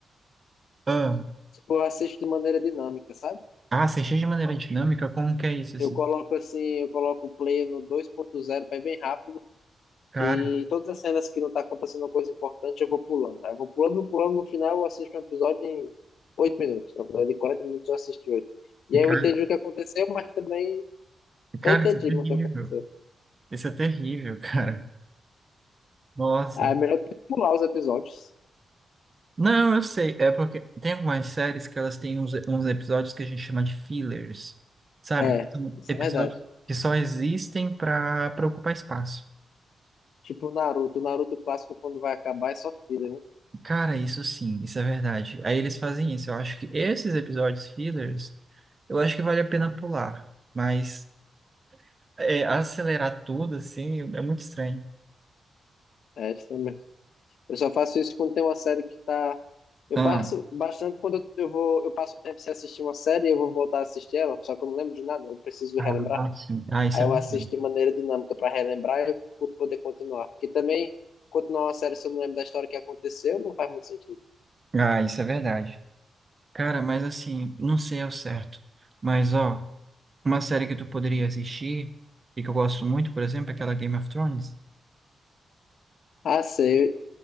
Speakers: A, on the right; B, on the left.
A: Ah,
B: Tipo, eu assisto de maneira dinâmica, sabe?
A: ah, você enche de maneira dinâmica, como que é isso, assim?
B: Eu coloco assim, eu coloco o play no dois ponto zero para ir bem rápido
A: Cara,
B: e todas as cenas que não tá acontecendo uma coisa importante eu vou pulando. Aí Eu vou pulando, vou pulando, no final eu assisto um episódio em 8 minutos. Um episódio de 40 minutos eu assisti oito E aí
A: cara,
B: eu entendi o que aconteceu, mas também
A: cara,
B: só entendi
A: isso é terrível.
B: o que aconteceu.
A: Isso é terrível, <laughs> cara. Nossa.
B: Ah, é melhor que pular os episódios.
A: Não, eu sei, é porque tem algumas séries que elas têm uns, uns episódios que a gente chama de fillers, sabe?
B: É,
A: Que são
B: isso
A: Episódios
B: é verdade.
A: que só existem para ocupar espaço.
B: Tipo o Naruto, o Naruto clássico quando vai acabar é só filler, né?
A: Cara, isso sim, isso é verdade. Aí eles fazem isso. Eu acho que esses episódios fillers, eu acho que vale a pena pular. Mas é, acelerar tudo, assim, é muito estranho.
B: É, isso também Eu só faço isso quando tem uma série que tá. Eu
A: Ah,
B: faço bastante quando eu eu vou, eu passo um tempo sem assistir uma série e eu vou voltar a assistir ela, só que eu não lembro de nada, eu preciso
A: ah,
B: relembrar.
A: ah, sim. Ah, isso
B: Aí
A: é
B: eu
A: verdade.
B: assisto de maneira dinâmica para relembrar e eu poder continuar. Porque também, continuar uma série se eu não lembro da história que aconteceu, não faz muito sentido.
A: Ah, isso é verdade. Cara, mas assim, não sei ao certo. Mas, ó, uma série que tu poderia assistir, e que eu gosto muito, por exemplo, é aquela Game of Thrones.
B: Ah, sei. O